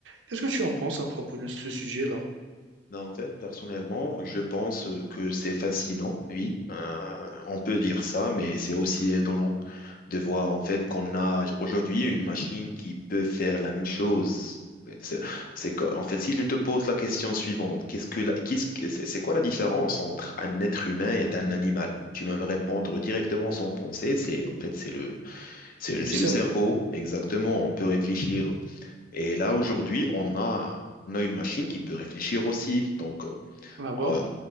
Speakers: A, on the right; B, on the left.
A: Qu'est-ce que tu en penses à propos de ce sujet-là?
B: ben, en fait, personnellement, je pense euh, que c'est fascinant, oui, Euh, on peut dire ça, mais c'est aussi étonnant de voir en fait qu'on a aujourd'hui une machine qui peut faire la même chose. C'est c'est que- en fait, si je te pose la question suivante, qu'est-ce que la- qu'est-ce que- c'est c'est quoi la différence entre un être humain et un animal? Tu vas me répondre directement sans penser. C'est en fait c'est le c'est le
A: Le
B: c'est
A: cerveau,
B: le cerveau exactement. On peut réfléchir Et là, aujourd'hui, on a, on a une machine qui peut réfléchir aussi. Donc, euh,
A: d'abord